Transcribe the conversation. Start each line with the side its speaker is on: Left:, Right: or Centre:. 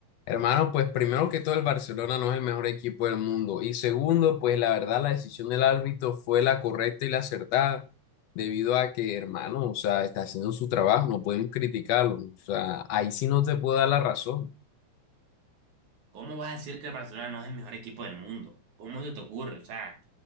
Left: Hermano, pues primero que todo el Barcelona no es el mejor equipo del mundo. Y segundo, pues la verdad la decisión del árbitro fue la correcta y la acertada, debido a que, hermano, o sea, está haciendo su trabajo, no podemos criticarlo. O sea, ahí sí no te puedo dar la razón.
Right: ¿Cómo vas a decir que el Barcelona no es el mejor equipo del mundo? ¿Cómo se te ocurre? O sea,